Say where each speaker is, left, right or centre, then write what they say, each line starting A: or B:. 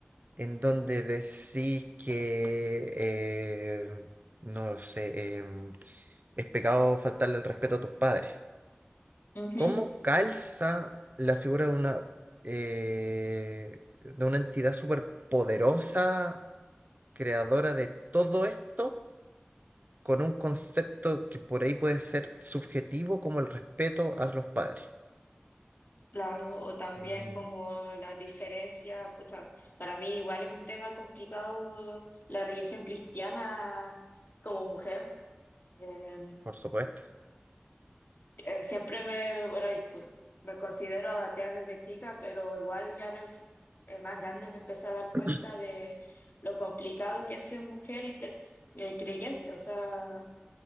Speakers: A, on the right; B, on the left.
A: en donde decís que, eh, no lo sé, em, es pecado faltarle el respeto a tus padres.
B: Ujú.
A: ¿Cómo calza la figura de una, eh, de una entidad superpoderosa, creadora de todo esto, con un concepto que por ahí puede ser subjetivo como el respeto a los padres?
B: Claro, o también
A: Y,
B: como la diferencia, pucha, para mí igual es un tema complicado la religión cristiana como mujer. Eh,
A: por supuesto.
B: eh, siempre me, bueno, y cu- me considero atea desde chica, pero igual ya en el f- eh, más grande me empecé a dar cuenta
A: <clears throat>
B: de lo complicado que es ser mujer y ser eh, creyente, o sea,